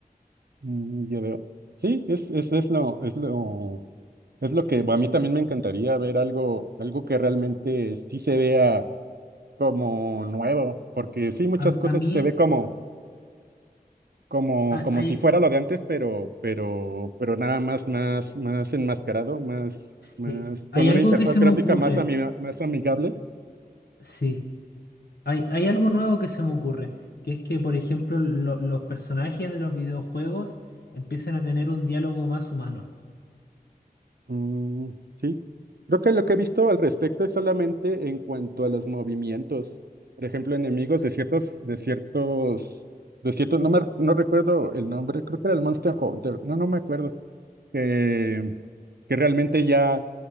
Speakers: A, on the right (about 75°); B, on the left (about 80°).
A: Mm, ya veo. Sí, es, es, es lo, es lo, es lo que a mí también me encantaría ver algo, algo que realmente sí se vea como nuevo, porque sí, muchas
B: A,
A: cosas
B: a mí
A: se
B: a-
A: ve como, como,
B: a-
A: como
B: hay,
A: si fuera lo de antes, pero, pero, pero nada
B: sí,
A: más, más, más enmascarado, más, más,
B: sí. Hay
A: con una
B: algo
A: interfaz
B: que se
A: gráfica
B: me ocurre,
A: más, ami- más amigable.
B: sí, hay, hay algo nuevo que se me ocurre, que es que, por ejemplo, lo- los personajes de los videojuegos empiezan a tener un diálogo más humano.
A: Mm, sí, creo que lo que he visto al respecto es solamente en cuanto a los movimientos. Por ejemplo, enemigos de ciertos, de ciertos, de ciertos, no me, no recuerdo el nombre, creo que era el Monster Hunter, no, no me acuerdo, que, que realmente ya,